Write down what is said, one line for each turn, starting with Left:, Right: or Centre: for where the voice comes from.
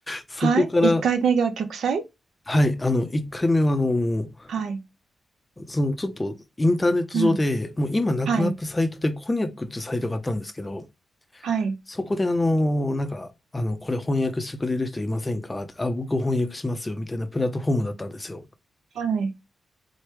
Left: そこから、
Right: はい。一回目が極彩
Left: はい、あの、1回目はあの、もう
Right: はい。
Left: そのちょっとインターネット上で、
Right: うん。
Left: もう今なくなったサイトでコニャックっていうサイトがあったんですけど、
Right: はい。はい。
Left: そこであの、なんか、あの、これ翻訳してくれる人いませんかってあ、僕翻訳しますよ、みたいなプラットフォームだったんですよ。
Right: はい。